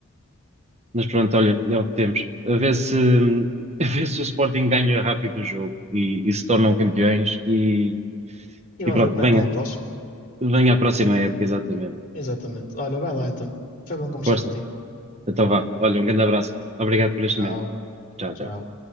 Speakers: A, on the right; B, on the left.
A: Mas pronto, olha, é o que temos. A ver se, <laughs> a ver se o Sporting ganha rápido o jogo e, e se tornam campeões e,
B: E
A: e
B: vamos
A: pronto,
B: ver como
A: venha,
B: é que corre o próximo.
A: venha à próxima época, exatamente.
B: Exatamente. Olha, vai lá então. Foi bom conversar
A: Força,
B: contigo.
A: então vá. Olha, um grande abraço. Obrigado por este
B: Tchau,
A: momento. Tchau,
B: tchau.
A: tchau.